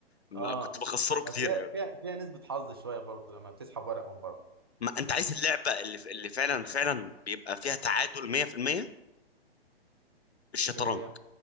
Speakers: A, on the left (about 80°); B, on the right (about 25°).
A: ما
B: اه
A: كنت بخسره كتير
B: بس هي
A: قوي
B: فيها فيها نسبة حظ شوية برضه لما بتسحب ورق من بره
A: ما انت عايز اللعبه اللي اللي فعلا فعلا بيبقى فيها تعادل 100% الشطرنج
B: ايه هي؟